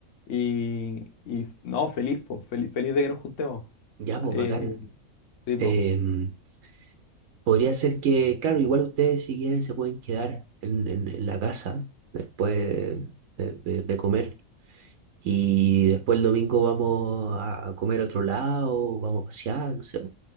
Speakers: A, on the left; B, on the right.
A: Y, y no, feliz, po, fel- feliz de que nos juntemos.
B: Ya, pues
A: Eh,
B: bacán.
A: Sí,
B: Em,
A: po.
B: podría ser que, claro, igual ustedes si quieren se pueden quedar en, en- en la casa después de, de- de comer. Y después el domingo vamos a a comer a otro lado, vamos a pasear, no sé.